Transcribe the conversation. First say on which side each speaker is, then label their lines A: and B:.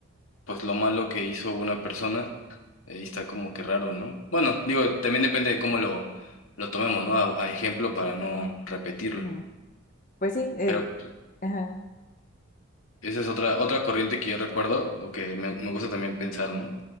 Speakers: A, on the left; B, on the left.
A: pues lo malo que hizo una persona, ahí está como que raro, ¿no? Bueno, digo, también depende de cómo lo, lo tomemos, ¿no? A, a ejemplo para no repetirlo.
B: Ujú. Pues sí, eh,
A: Pero pues,
B: ajá,
A: esa es otra, otra corriente que yo recuerdo o que me, me gusta también pensar, ¿no?